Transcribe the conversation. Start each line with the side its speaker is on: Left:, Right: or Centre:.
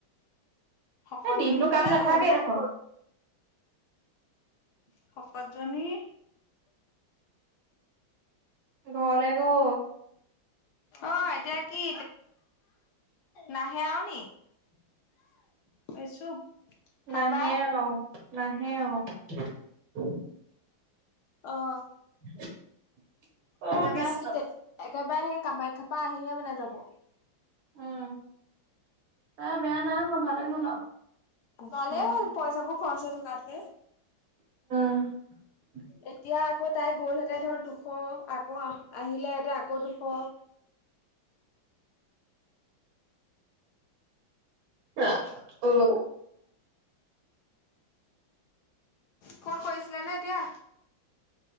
Left: শকতজনী
Right: এই দিনতটো
Left: কলে
Right: কাম নাথাকে
Left: গ'ল?
Right: দেখোন।
Left: শকতজনী।
Right: ঘৰলে গ'ল।
Left: অ' এতিয়া কি নাহে আৰু নি।
Right: <inaudible>
Left: এই চুপ। হা
Right: নাহে
Left: বা।
Right: আৰু নাহে আৰু।
Left: অ'।
Right: <inaudible>
Left: একেবাৰে
Right: কৃষ্ণ,
Left: সেই তে একেবাৰে সেই কামাখ্যা পা আহিহে মানে যাব।
Right: উম, তাই বেয়া নাই হোৱা ভালেই হ'ল আৰু।
Left: ভাল হ'ল পইচা বোৰ খৰচ হৈ থকাতকৈ।
Right: <unintelligible>
Left: এতিয়া আকৌ তাই গ'লহেঁতে ধৰ দুশ আকৌ আহিলে হেতে আকৌ দুশ। <inaudible>
Right: হা অ'।
Left: ফোন কৰিছিলে নে এতিয়া?